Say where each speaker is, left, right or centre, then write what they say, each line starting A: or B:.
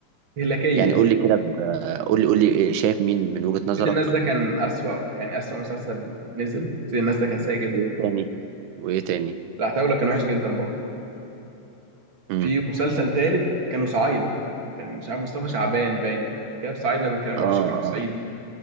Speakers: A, on the right (about 35°); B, on the right (about 80°).
A: الاستهلاكيه
B: يعني قول لي كده ب- قول لي قول لي إيه- شايف مين من وجهة نظرك
A: سيد الناس ده كان اسوأ يعني اسوأ مسلسل نزل سيد الناس ده كان سيء جدا
B: وايه تاني وايه تاني
A: العتاوله كان وحش جدا برضه
B: امم
A: في مسلسل تالت كانوا صعايده كان مش عارف مصطفى شعبان باين جاب صعايده بيتكلم ما
B: اه
A: اعرفش
B: آه.
A: كانوا صعيدي